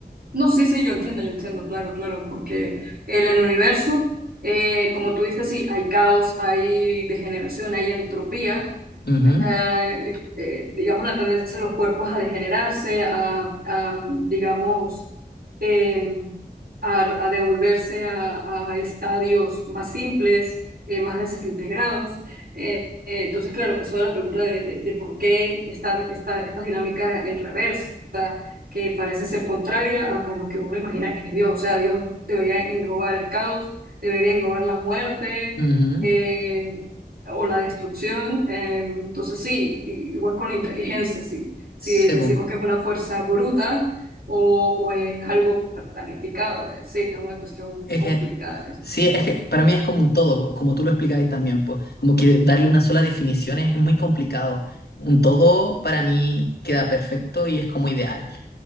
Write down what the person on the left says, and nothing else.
Ujú,
ujú.
Sebo.
Es
que,
sí,
es que para mí es como un todo, como tú lo explicabas también, pues, como que darle una sola definición es, es muy complicado. Un todo para mí queda perfecto y es como ideal.